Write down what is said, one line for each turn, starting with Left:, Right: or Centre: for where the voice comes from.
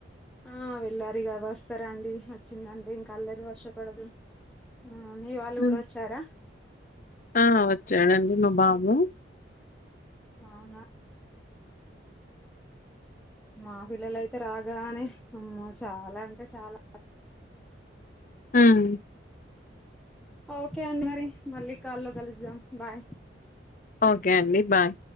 Centre: ఆ వెళ్ళారు ఇగ వస్తారు అండి వచ్చిందంటే ఇంకా అల్లరి వశపడదు ఆ మీ వాళ్ళు
Left: హ్మ్.
Centre: కూడ వచ్చారా
Left: ఆ వచ్చాడండి మా బాబు
Centre: అవునా మా పిల్లలు అయితే రాగానే అమ్మ చాలా అంటే చాలా
Left: ఉమ్
Centre: ఓకే అండి మరి మళ్ళీ కాల్లో కలుద్దాం బాయ్
Left: ఓకే అండి బాయ్